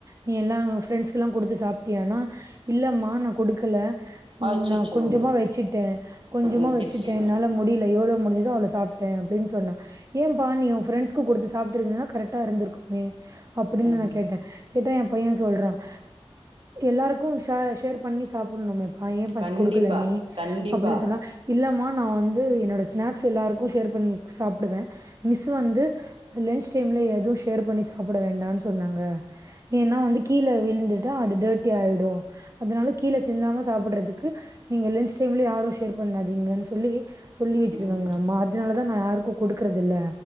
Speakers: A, on the right; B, on the right.
A: நீ எல்லாம் ஃப்ரெண்ட்ஸ்கெல்லாம் குடுத்து சாப் டியானா இல்லம்மா ஆஹ் நான் கொடுக்கல
B: அச்சச்சோ
A: நான் கொஞ்சமா வச்சுட்டேன் கொஞ்சமா
B: ம் ச்சே.
A: வச்சுட்டேன் என்னால முடியல எவ்வளோ முடிஞ்சதோ அவ்ளோ சாப்ட்டேன் அப்படின்னு சொன்னா ஏன் பாநீ ஃபிரண்ட்ஸ்க்கு குடுத்து சாப்பிட்டு இருந்தா கரெக்டா இருந்துருக்குமே அப்டின்னு
B: ம்
A: நான் கேட்டேன் கேட்டா என் பையன் சொல்றன் எல்லாருக்கும் ஷேர் பண்ணி சாப்புண்ணுமா ஏன் பா
B: கண்டிப்பா
A: குடுக்கல நீ
B: கண்டிப்பா
A: அப்படின்னு சொன்னா இல்லமா நான் வந்து என்னோட ஸ்நாக்ஸ் எல்லாருக்கும் ஷேர் பண்ணி சாப்டுவேன் மிஸ் வந்து லன்ச் டைம்ல எதுவும் ஷேர் பண்ணி சாப்பிட வேண்டாம்னு சொன்னாங்க ஏன்னா வந்து கீழே விழுந்துட்டா அது டர்ட்டி ஆயிடும் அதனால கீழே சிந்தாம சாப்பிடுறதுக்கு நீங்க லன்ச் டைம்ல யாரும் ஷேர் பண்ணாதீங்கன்னு சொல்லி சொல்லி வச்சிருக்காங்க
B: ம்
A: அம்மா அதனாலதான் நான் யாருக்கும் குடுக்குறது இல்ல